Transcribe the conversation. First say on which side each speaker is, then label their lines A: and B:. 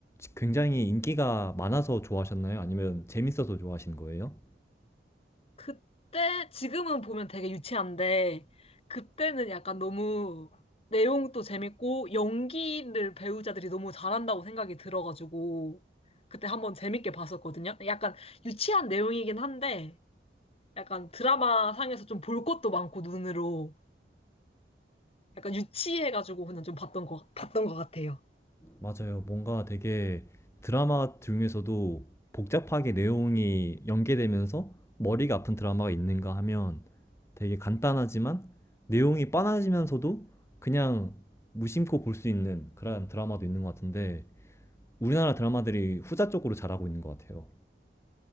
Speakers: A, on the left (about 15°); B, on the left (about 35°).
A: 굉장히 인기가 많아서 좋아하셨나요? 아니면 재밌어서 좋아하신 거예요?
B: 그때, 지금은 보면 되게 유치한데, 그때는 약간 너무 내용도 재밌고, 연기를 배우자들이 너무 잘한다고 생각이 들어가지고, 그때 한번 재밌게 봤었거든요. 약간 유치한 내용이긴 한데, 약간 드라마 상에서 좀 볼 것도 많고, 눈으로. 약간 유치해가지고 그냥 좀 봤던 거, 봤던 것 같아요.
A: 맞아요. 뭔가 되게 드라마 중에서도 복잡하게 내용이 연계되면서 머리가 아픈 드라마가 있는가 하면 되게 간단하지만 내용이 뻔하지면서도 그냥 무심코 볼 수 있는 그런 드라마도 있는 것 같은데 우리나라 드라마들이 후자 쪽으로 잘하고 있는 것 같아요.